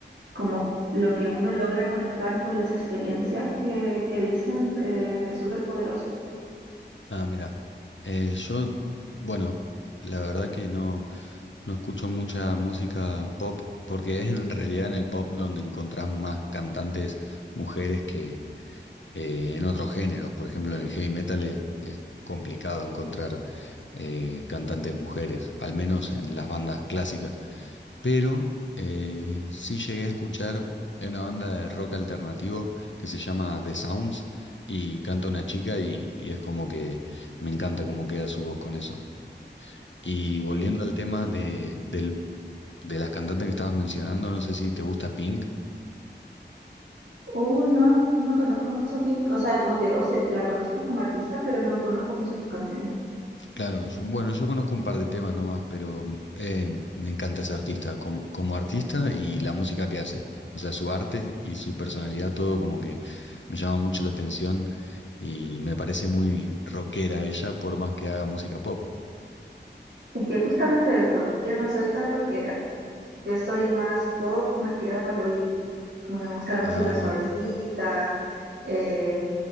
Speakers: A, on the right (about 90°); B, on the left (about 80°).
A: como lo que uno logra conectar con las experiencias que, que dicen, eh, es súper poderoso.
B: Ah, mira, eh, yo, bueno, la verdad que no, no escucho mucha música pop porque es en realidad en el pop donde encontrás más cantantes mujeres que eh, en otros géneros. Por ejemplo, en el heavy metal es, es complicado encontrar eh, cantantes mujeres, al menos en las bandas clásicas. Pero eh, sí llegué a escuchar, hay una banda de rock alternativo que se llama The Sounds y canta una chica y, y es como que me encanta cómo queda su voz con eso. Y volviendo
A: Ujú.
B: al tema de, del- de las cantantes que estabas mencionando, no sé si te gusta Pink.
A: Uh, no, no conozco mucho a Pink, o sea, como que o sea, la conozco como artista, pero no conozco mucho sus canciones.
B: Claro, yo- bueno, yo conozco un par de temas nomás, pero mm, eh, me encanta ese artista como, como artista y la música que hace. O sea, su arte y su personalidad, todo como que me llama mucho la atención y me parece muy rockera ella, por más que haga música pop.
A: Es que justamente eso, yo no soy tan rockera, yo soy más pop, más tirado para lo indie, como que me gusta la música
B: Ah,
A: suavecita, eh,